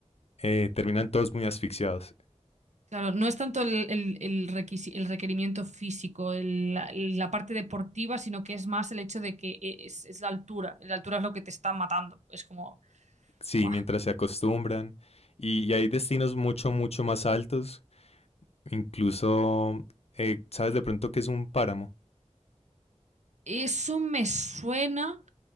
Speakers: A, on the left; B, on the right.
A: eh, terminan todos muy asfixiados.
B: Claro, no es tanto el, el- el requisi- el requerimiento físico, el- la, la parte deportiva, sino que es más el hecho de que e, es, es la altura. La altura es lo que te está matando. Es como,
A: Sí,
B: ¡buah!
A: mientras se acostumbran. Y, y hay destinos mucho, mucho más altos. Incluso, eh, ¿sabes de pronto que es un páramo?
B: Eso me suena,